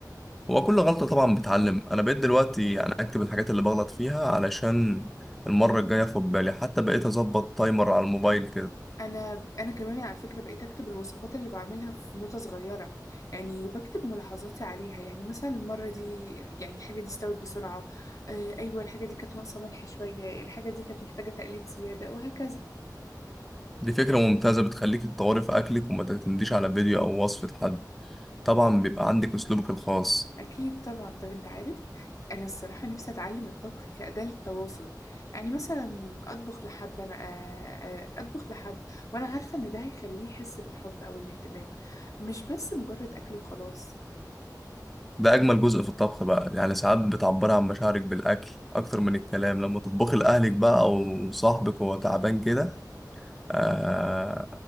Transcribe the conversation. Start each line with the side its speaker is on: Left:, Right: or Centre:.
Centre: هو كل غلطة طبعا بتعلم أنا بقيت دلوقتي يعني أكتب الحاجات اللي بغلط فيها علشان المرة الجاية أخد بالي حتى بقيت أظبط تايمر على الموبايل كده
Left: انا انا كمان على فكره بقيت اكتب الوصفات اللي بعملها في نوتة صغيره يعني وبكتب ملاحظاتي عليها يعني مثلا المره دي يعني الحاجه دي استوت بسرعه آه ايوه الحاجه دي كانت ناقصه ملح شويه الحاجه دي كانت محتاجه تقليب زياده وهكذا
Centre: دي فكرة ممتازة بتخليك تطوري في أكلك وما تعتمديش على فيديو أو وصفة حد طبعا بيبقى عندك أسلوبك الخاص
Left: اكيد طبعا طب انت عارف انا الصراحه نفسي اتعلم الطبخ كاداه للتواصل يعني مثلا اطبخ لحد انا آه آه اطبخ لحد وانا عارفه ان ده هيخليه يحس بالحب او الاهتمام مش بس مجرد اكل وخلاص
Centre: ده اجمل جزء في الطبخ بقى يعني ساعات بتعبر عن مشاعرك بالاكل اكتر من الكلام لما تطبخي لاهلك بقى او صاحبك وهو تعبان كده آه